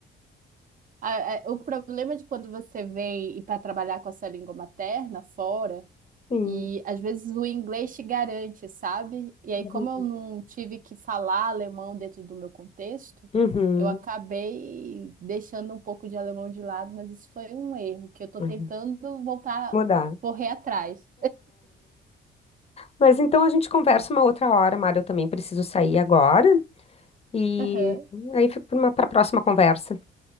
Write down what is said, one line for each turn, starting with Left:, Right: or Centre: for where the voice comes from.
Right: a- a- o problema de quando você vem e para trabalhar com a sua língua materna fora
Left: Sim.
Right: E às vezes o inglês te garante, sabe? E aí,
Left: Uhum.
Right: como eu não tive que falar alemão dentro do meu contexto,
Left: Uhum.
Right: eu acabei deixando um pouco de alemão de lado, mas isso foi um erro que eu tô
Left: Uhum.
Right: tentando voltar,
Left: Mudar.
Right: correr atrás.
Left: Mas então a gente conversa uma outra hora, Mara. Eu também preciso sair agora. E
Right: Aham.
Left: aí fico para uma próxima conversa,